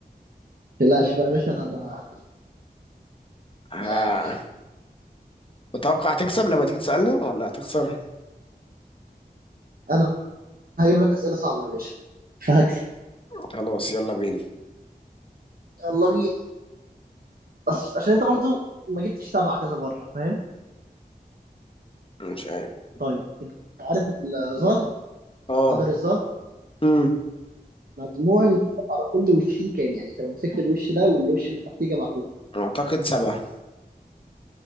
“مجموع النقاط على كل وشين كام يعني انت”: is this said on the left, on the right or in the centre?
Right